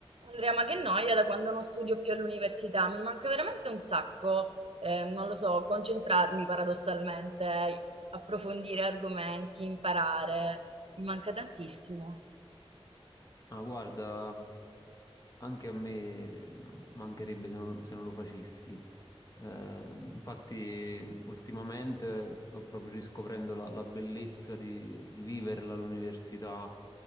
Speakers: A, on the right; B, on the left.
A: Andrea, ma che noia da quando non studio più all'università, mi manca veramente un sacco, eh, non lo so, concentrarmi paradossalmente, approfondire argomenti, imparare, mi manca tantissimo.
B: Ma guarda, anche a me mancherebbe se non, se non lo facessi. Eh, infatti, ultimamente sto proprio riscoprendo la, la bellezza di, di viverla all'università,